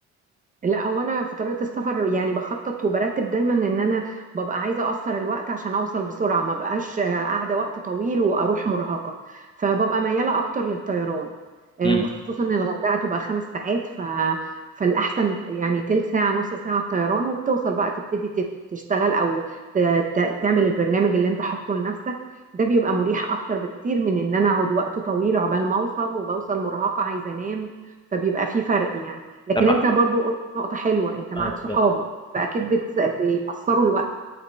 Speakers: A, on the right (about 25°); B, on the left (about 15°).
A: لا هو انا في طريقه السفر يعني بخطط وبرتب دايما ان انا ببقى عايزه اقصر الوقت عشان اوصل بسرعه ما بقاش آه، قاعده وقت طويل واروح مرهقه فببقى مياله اكتر للطيران آه،
B: امم
A: وخصوصا ان الغردقه تبقى خمس ساعات ف فالاحسن يعني تلت ساعه نص ساعه الطيران وبتوصل بقى تبتدي تت- تشتغل او ت... ت... تعمل البرنامج اللي انت حاطه لنفسك ده بيبقى مريح اكتر بكتير من ان انا اقعد وقت طويل عقبال ما اوصل وبوصل مرهقه عايزه انام فبيبقى في فرق يعني لكن
B: طب
A: انت
B: انا
A: برضو نقطة حلوة انت معاك
B: افضل
A: صحابك فاكيد بتس... بيقصروا الوقت